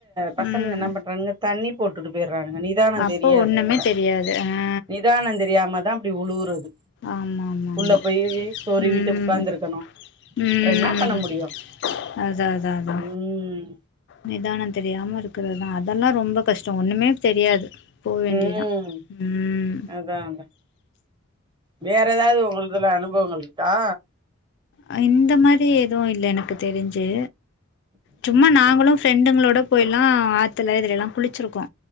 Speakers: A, on the right; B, on the left.
A: பசனுங்க
B: ம்
A: என்ன பண்றாணுங்க தண்ணி போட்டுட்டு போயிட்றாணுங்க நீ நிதான
B: அப்போ
A: தெரியாது
B: ஒண்ணுமே
A: அதுல
B: தெரியாது ஆ
A: நிதான தெரியாம தா அப்டி உழுவுறது
B: ஆமா ஆமா ஆமா
A: உள்ள போய்யி சொறி
B: ம்
A: விட்டு உக்காந்துருக்கணு
B: ம்
A: அப்ற என்ன பண்ண முடியு
B: அதா அதா அதா
A: ம்
B: நிதான தெரியாம இருக்கறதா அதெல்லா ரொம்ப கஷ்டோ ஒண்ணுமே தெரியாது போ வேண்டியதா
A: ம்
B: ம்
A: அதா அதா வேற
B: கஷ்டோ
A: எதாவது உங்களுதுல அனுபவங்கள் இருக்கா
B: அ இந்த மாரி எதுவு இல்ல எனக்கு தெரிஞ்சு சும்மா நாங்களு ஃப்ரெண்டுங்களோட போய்ல்லா ஆத்துல இதுலலா குளிச்சிரு ப்போ